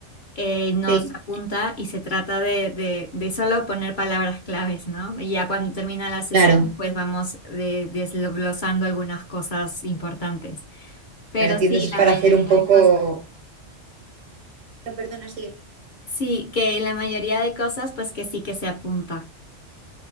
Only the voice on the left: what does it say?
Eh, no
se apunta y se trata de, de, de solo poner palabras claves, ¿no? Y ya cuando termina la sesión,
pues vamos de- desglosando algunas cosas importantes. Pero
sí,
la
mayoría
de cosas.
Sí, que en la mayoría de cosas, pues que sí que se apunta.